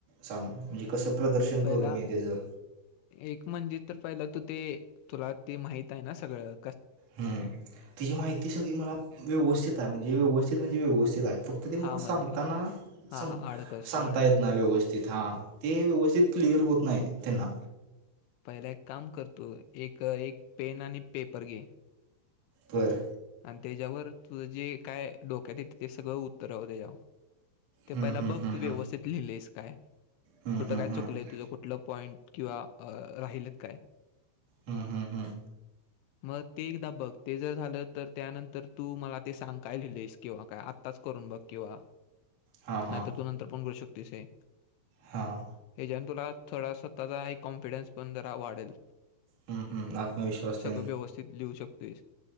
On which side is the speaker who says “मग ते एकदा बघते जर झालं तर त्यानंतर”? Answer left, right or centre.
Left